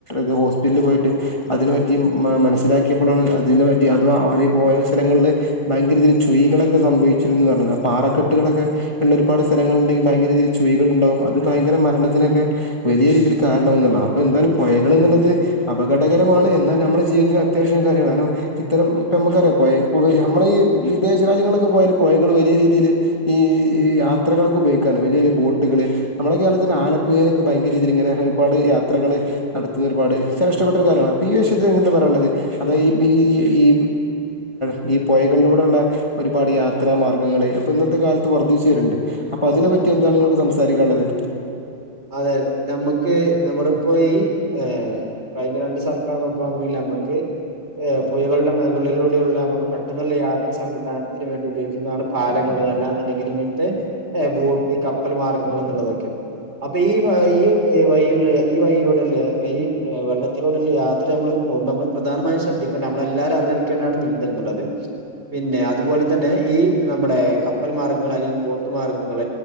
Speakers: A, on the left; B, on the right.
A: ക് ഹോസ്പിറ്റലിൽ പോയിട്ട് അതിനെ പറ്റി മനസിലാക്കിയപ്പോഴാണ് അതിനെ പറ്റി അത് അവ പോ സ്ഥലങ്ങളിൽ ഭയങ്കരീതിയിൽ ചുഴകളൊക്കെ സംഭവിച്ചിരുന്നുന്ന് പറഞ്ഞത് ആ പാറക്കെട്ടുകളൊക്കെ ഉള്ള ഒരുപാട് സ്ഥലങ്ങളിൽ ഭയരീതിയിൽ ചുഴികൾ ഉണ്ടാവും അത് ഭയങ്കര മരണത്തിനൊക്കെ വലിയ രീതിൽ കാരണമാവും അത് എന്തയാലും ുള്ളത് അപകടകരമാണ് എന്നാൽ നമ്മുടെ ജീവിതത്തിന് അത്യാവശ്യം കാര്യമാണ് കാരണം ഇത്തരം ഇപ്പ നമുക്കറിയാം പോ നമ്മള ഈ വിദേശ രാജ്യങ്ങളൊക്കെ പോയല് പോഴകൾ വലിയ രീതിയിൽ ഈ യാത്രകൾകൊക്കെഉപയോഗിക്കാ വ ബോട്ടുകൾ നമ്മുടെ കേരളത്തി ആലപ്പുഴൊക്കെ ഭയങ്കരരീതിനെ ഇങ്ങനെ ഒരുപാട് യാത്രകൾ നടത്തുന്ന ഒരുപാട് ചില ഇഷ്ടപ്പെട്ട ഒരു കാര്യമാണ് അപ്പോൾ ഈ വിശയത്തിൽങ്ങ എന്താ പറയാനുള്ളത് അതായ ഈ ഈ ഈ ഈ പുയകളിലൂടെള്ള ഒരുപാട് യാത്രാ മാർഗ്ഗങ്ങള്ൾ ഇപ്പൊ ഇന്നത്തെ കാലത്ത് വർദ്ധിച്ചു വരുണ്ട് അപ്പൊ അതിനെ
B: അതെ
A: പറ്റി എന്താണ് നിങ്ങക്ക് സംസാരിക്കാനുള്ളത്
B: അതെ നമ്മുക്ക് നമ്മുടെപ്പോ ഈ ഏഹ് കഴിഞ്ഞ രണ്ട് സർക്കാർ നോക്കുകുണ്ടെങ്കിൽ നമ്മുക്ക് പൂഴകളുടെ മേഖലയിലിലൂടെയുള്ള പെട്ടെന്നുള്ള യാത്ര സംവിധാനത്തിന് വേണ്ടി ഉപയോഗിക്കുന്നതാണ് പാലങ്ങള് അല്ലാെന്നുണ്ടെങ്കിൽ ഇങ്ങനത്തെ ബോട്ട് കപ്പൽ മാർഗ്ഗങ്ങൾ എന്നുള്ളതൊക്കെ ഉണ്ട് അപ്പൊ ഈ ഈ വഴയില ഈ വഴയിലൂടെല്ലേ വെള്ളത്തിലൂടെല്ലേ യാത്ര നമ്മള് പോകുമ്പോൾ നമ്മൾ പ്രധാനമായും ശ്രദ്ധിക്കേണ്ട നമ്മളെല്ലാരും അറിഞ്ഞിരിക്കേണ്ടാണ് നീന്തലുന്നുുള്ളത് പിന്നെ അതുപോലെ തന്നെ ഈ നമ്മുടെ കപ്പൽ മാർഗ്ഗങ്ങൾ അല്ലെങ്കിൽ ബോട്ട് മാർഗ്ഗങ്ങൾ